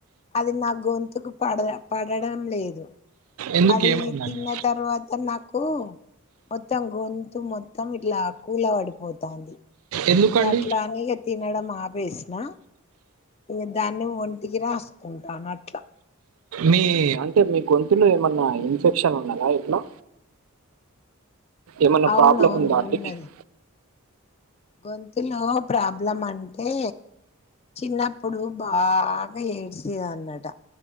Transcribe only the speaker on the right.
ఎందుకు
ఏమైందండి
ఎందుకండి
మీ అంటే మీ గొంతులో ఏమన్నా ఇన్ఫెక్షన్ ఉన్నాదా ఇట్లా ఏమన్నా
ప్రాబ్లం ఉందా అండి
మీకు